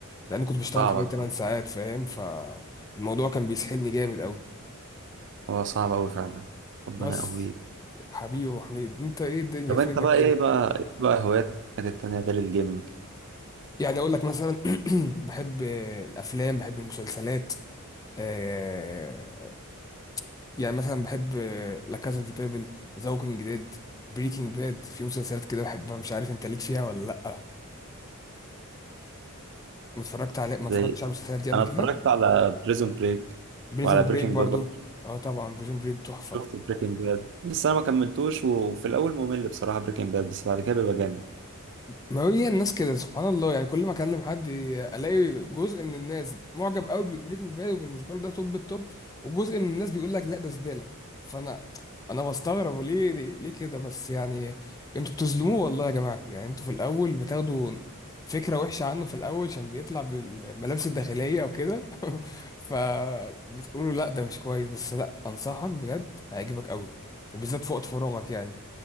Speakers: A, on the left (about 15°); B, on the right (about 55°).
A: لان كنت بشتغل
B: صعبة
A: حوالي
B: فعلا
A: 8 ساعات فاهم فالموضوع كان بيسحلني جامد قوي
B: هو صعب أوي فعلا ربنا
A: بس
B: يقويك
A: حبيبي يا أبو حميد انت ايه الدنيا
B: طب
A: فينك
B: انت بقى
A: كده
B: ايه بقى ايه بقى هواياتك التانية غير الجيمنج
A: يعني اقول لك مثلا <clears throat> بحب الافلام بحب المسلسلات آه، يعني مثلا بحب لا كازا دي بابل ذا ووكينج ديد بريكنج باد في مسلسلات كده بحبها مش عارف انت ليك فيها ولا لا ما اتفرجت على ما
B: زي
A: اتفرجتش على المسلسلات دي قبل
B: انا
A: كده
B: اتفرجت على بريزون بريك
A: بريزون
B: وعلى
A: طبعا
B: بريكنج
A: بريك برضو
B: باد
A: اه طبعا بريزون بريك تحفة
B: شفت بريكنج باد بس انا ما كملتوش وفي الاول ممل بصراحة بريكنج باد بس بعد كده بيبقى جامد
A: ما هي الناس كده سبحان الله يعني كل ما اكلم حد الاقي جزء من الناس معجب قوي ببريكنج باد وبالنسبه له ده توب التوب وجزء من الناس بيقول لك لا ده زباله فانا انا بستغرب ليه ليه كده بس يعني انتوا بتظلموه والله يا جماعه يعني انتوا في الاول بتاخدوا فكره وحشه عنه في الاول عشان بيطلع بالملابس الداخليه وكده <laughs> فبتقولوا لا ده مش كويس بس لا انصحك بجد هيعجبك قوي وبالذات في وقت فراغك يعني